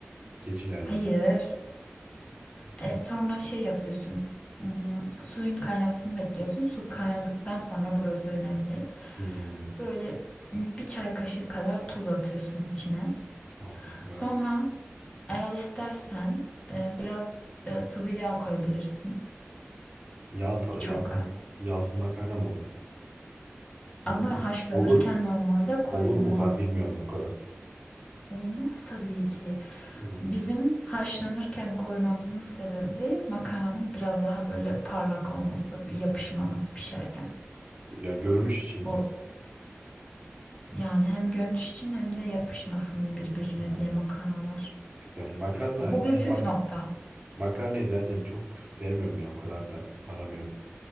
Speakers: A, on the right; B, on the left.
A: geç ilerliyoruz.
B: Hayır. E, sonra şey yapıyorsun. Hmm, suyun kaynamasını bekliyorsun. Su kaynadıktan sonra burası önemli.
A: Hmm,
B: Böyle hmm, bir çay kaşığı kadar tuz atıyorsun içine.
A: aa, güzel.
B: Sonra eğer istersen e, biraz e, sıvı yağ koyabilirsin.
A: Yağ ta-
B: Çok
A: yağsız
B: az.
A: yağsız makarna mı olur? Olur
B: Ama
A: mu?
B: haşlanırken
A: Olur
B: normalde koyulmaz.
A: olur mu? Ben bilmiyorum o kadar.
B: Olmaz tabii ki.
A: Hmm,
B: Bizim haşlanırken koymamızın sebebi makarnanın biraz daha böyle parlak olması, yapışmaması
A: tamam.
B: pişerken.
A: Ya görünüş için
B: O
A: mi?
B: yani hem görünüş için hem de yapışmasın birbirine
A: Ha,
B: diye makarnalar.
A: güzel. Makarna.
B: Bu bir
A: Ya
B: püf
A: bak
B: nokta.
A: makarnayı zaten çok sevmiyorum ya. O kadar da aramıyorum.